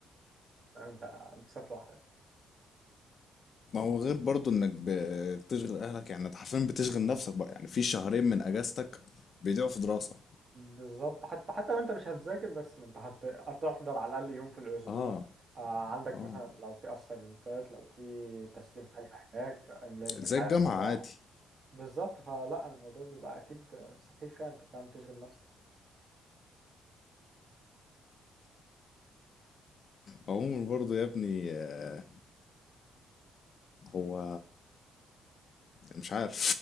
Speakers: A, on the right (about 45°); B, on the left (about 50°).
A: فاهم انت بتسافر لوحدك
B: ما هو غير برضو انك بتشغل اهلك يعني انت حرفيا بتشغل نفسك بقى يعني في شهرين من اجازتك بيضيعوا في دراسة
A: بالظبط حتى حتى لو انت مش هتذاكر بس ما انت هت- هتحضر على الاقل يوم في الاسبوع
B: اه
A: آه عندك
B: اه
A: مثلا لو في اسايمنتات لو في تسليم حاجه هناك املاء امتحان
B: زي الجامعة
A: طبعا
B: عادي
A: بالظبط فلا الموضوع بيبقى اكيد سخيف فعلا انت فاهم تشغل نفسك
B: عموما برضو يا ابني آه، هو مش عارف